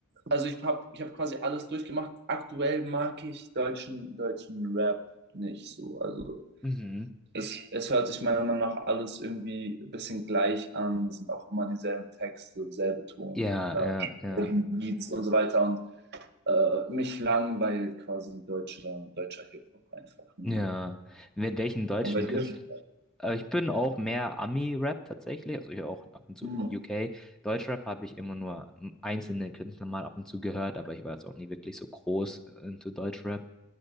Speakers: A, on the right; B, in the centre.
A: also ich habe ich hab quasi alles durchgemacht. Aktuell mag ich deutschen, deutschen Rap nicht so. Also
B: mhm.
A: es, es hört sich meiner Meinung nach alles irgendwie ein bisschen gleich an, sind auch immer dieselben Texte, selbe Tonlage,
B: Ja, ja, ja,
A: selben Beats und so weiter. Und äh, mich langweilt quasi deutscher, deutscher Hip-Hop einfach nur.
B: ja. Mit welchen deutschen
A: Und bei dir?
B: Künstlern? Äh, Ich bin auch mehr Ami-Rap tatsächlich, also hier auch ab und zu
A: Hm,
B: UK. Deutschrap habe ich immer nur ähm, einzelne Künstler mal ab und zu gehört, aber ich war jetzt auch nie wirklich so groß äh, into Deutschrap.